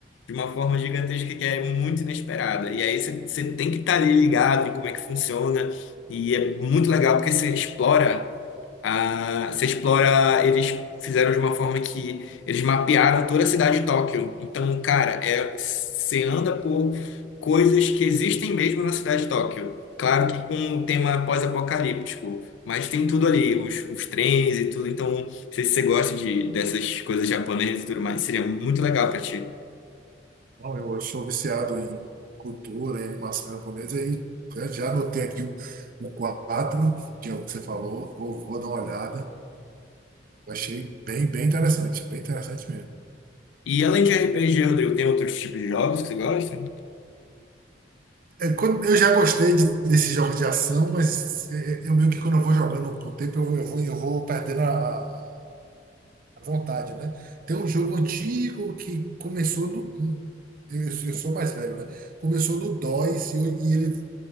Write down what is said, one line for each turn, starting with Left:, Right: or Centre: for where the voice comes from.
Left: de uma forma gigantesca que é muito inesperada. E aí você você tem que estar ali ligado em como é que funciona e é muito legal porque você explora. Ah, você explora. Eles fizeram de uma forma que eles mapearam toda a cidade de Tóquio. Então, cara, é, você anda por coisas que existem mesmo na cidade de Tóquio. Claro que com um tema pós-apocalíptico, mas tem tudo ali, os, os trens e tudo. Então, não sei se você gosta de, dessas coisas japonesas e tudo mais, seria muito legal pra ti.
Right: Bom, eu sou viciado em cultura, em animação japonesa e já já anotei aqui o, o 4, que é o que você falou, vou, vou dar uma olhada. Eu Achei bem, bem interessante, bem interessante mesmo.
Left: E além de RPG, Rodrigo, tem outros tipos de jogos que você gosta?
Right: É, quando- Eu já gostei de- desses jogos de ação, mas é, é, eu meio que quando eu vou jogando com o tempo, eu vou, eu vou, eu vou perdendo a, a a vontade, né? Tem um jogo antigo que começou no. Eu, eu sou mais velho, né? Começou no dois e, eu- e ele